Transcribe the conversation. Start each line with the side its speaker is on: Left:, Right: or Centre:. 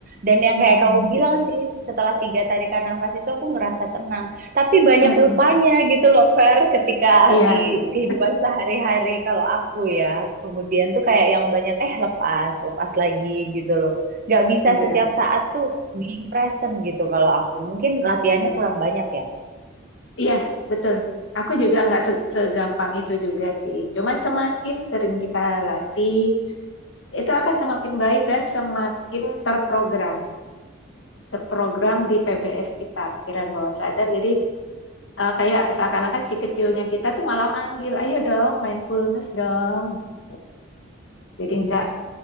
Right: Dan yang
Left: Mhm.
Right: kayak kamu bilang sih, setelah tiga tarikan nafas itu aku ngerasa tenang. Tapi banyak
Left: Heeh.
Right: lupanya gitu loh, Fer, ketika
Left: Iya,
Right: di
Left: iya,
Right: kehidupan sehari-hari kalau aku ya. Kemudian tuh kayak yang banyak, eh lepas, lepas lagi gitu loh. Gak bisa
Left: iya,
Right: setiap saat tuh being present gitu kalau aku. Mungkin latihannya
Left: iya,
Right: kurang banyak ya.
Left: iya, betul. Aku juga nggak se- segampang itu juga sih. Cuman semakin sering kita latih, itu akan semakin baik dan semakin terprogram, terprogram di PBS kita, pikiran bawah sadar. Jadi eh, kayak seakan-akan si kecilnya kita tuh malah manggil, ayo dong, mindfulness dong, gitu. Jadi nggak